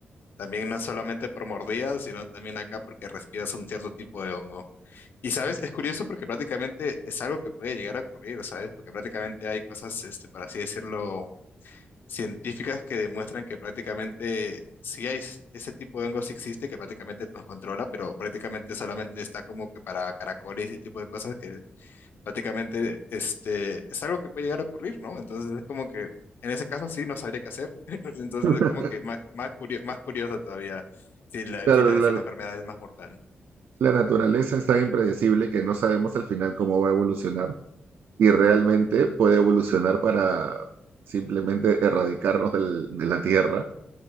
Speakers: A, on the left; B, on the right.
A: también no es solamente por mordidas, sino también acá porque respiras un cierto tipo de hongo. Y sabes, es curioso porque prácticamente es algo que puede llegar a ocurrir, ¿sabes? Porque prácticamente hay cosas, este, por así decirlo, científicas que demuestran que prácticamente sí hay s- ese tipo de hongo sí existe, que prácticamente nos controla, pero prácticamente solamente está como que para caracoles y ese tipo de cosas que prácticamente este, es algo que puede llegar a ocurrir, ¿no? Entonces es como que en ese caso sí no sabría qué hacer. <laughs> Entonces
B: <laughs>
A: es como que más, más curio- más curioso todavía si la,
B: Claro,
A: si la,
B: la,
A: si la enfermedad es más mortal.
B: la naturaleza es tan impredecible que no sabemos al final cómo va a evolucionar y realmente puede evolucionar para simplemente erradicarnos del- de la Tierra.